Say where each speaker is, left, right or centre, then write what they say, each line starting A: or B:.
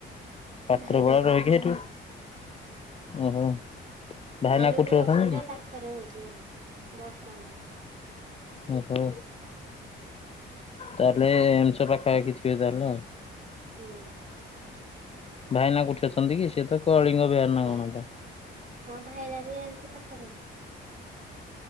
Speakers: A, on the left; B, on the right.
A: ପାତ୍ର
B: ଭାଇନାଙ୍କ
A: ବଳା ରହିକି
B: ପାଖରେ
A: ସେଠୁ ଓହୋ ଭାଇନା
B: ଭାଇ ଯୋଉଠି
A: କୋଉଠି
B: ରହୁଛନ୍ତି
A: ଅଛନ୍ତି କି?
B: ପାଖରେ ହଉଛିତି ବସ ଷ୍ଟାଣ୍ଡ ର
A: ଓହୋ ତାହେଲେ ଏମ୍ ସେ ପାଖା ପାଖି ଥିବେ ତାହେଲେ ଆଉ
B: ହୁଁ
A: ଭାଇନା କ ଉଠି ଅଛନ୍ତି କି ସେ ତ କଳିଙ୍ଗ ବିହାର ନା
B: ବା
A: କଣଟା
B: ହଁ ଭାଇନା ବି ଏମ୍ ସେ ପାଖାପାଖି